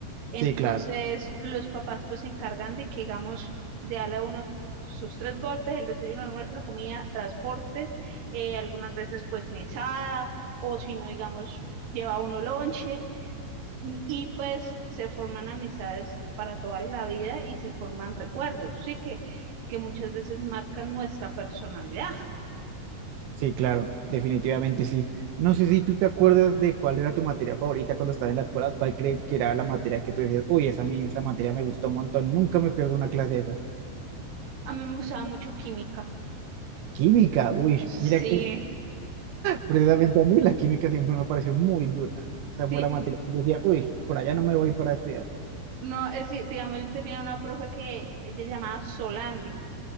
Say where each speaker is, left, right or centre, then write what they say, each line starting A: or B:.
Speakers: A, on the right; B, on the right.
A: Entonces,
B: Sí, claro.
A: los papás pues se encargan de que, digamos, de darle a uno sus tres golpes, el desayuno, el almuerzo, la comida, transportes, eh, algunas veces pues mesada o si no, digamos, lleva uno lonche y, y, pues se forman amistades para toda la vida y se forman recuerdos, sí que, que muchas veces marcan nuestra personalidad.
B: Sí, claro, definitivamente sí. No sé si tú te acuerdas de cuál era tu materia favorita cuando estabas en la escuela, cuál crees que era la materia que tú decías, uy, esa, a mí- esa materia me gustó un montón, nunca me pierdo una clase de esas.
A: A mí me gustaba mucho química.
B: Química, uy,
A: Sí,
B: mira que precisamente a mí la química siempre me pareció muy dura. Esa
A: sí.
B: fue la materia que yo decía, uy, por allá no me voy para estudiar.
A: No, es que, digamos, yo tenía una profe que ella llamaba Solandi